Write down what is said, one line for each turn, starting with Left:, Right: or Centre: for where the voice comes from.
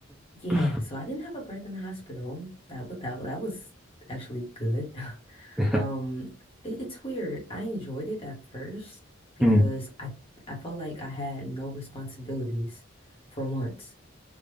Left: Yeah,
Centre: <laughs>
Left: so I didn't have a birth in the hospital. That was that, that was actually good. <laughs>
Centre: Yeah.
Left: Um it, it's weird. I enjoyed it at first because
Centre: Mm,
Left: I I felt like I had no responsibilities for once.